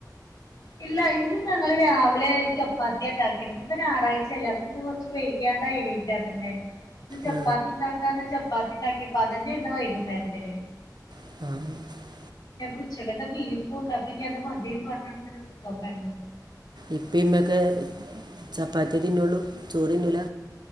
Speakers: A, on the left; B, on the right.
A: ഇല്ല ഇന്ന് ഞങ്ങള് രാവിലെ ചപ്പാത്തിയാ ഉണ്ടാക്കിയത് ഇപ്പൊ ഞായറാഴ്ചയല്ലെ അപ്പൊ ഇന്ന് കൊറച്ച് വൈകിയാണ്ടാ എണീറ്റാതന്നെ ഇന്ന് ചപ്പാത്തി
B: ആ,
A: ഇണ്ടാക്കാന് ചപ്പാത്തി ഇണ്ടാക്കി അപ്പൊ അതന്നെ ഉണ്ട് വൈകുന്നേരത്തിന്
B: <inaudible>
A: പിന്നെ ഉച്ചക്കത്തെ ബീഫും ഉണ്ട് അപ്പൊ ഇനി അത് മതിന്ന് പറഞ്ഞാണ് ഇങ്ങനെ വിട്ടക്കേ
B: ഇപ്പേം ഇമ്മേം ഒക്കെ ചപ്പാത്തിയേ തിന്നുള്ളു ചോറ് തിന്നൂല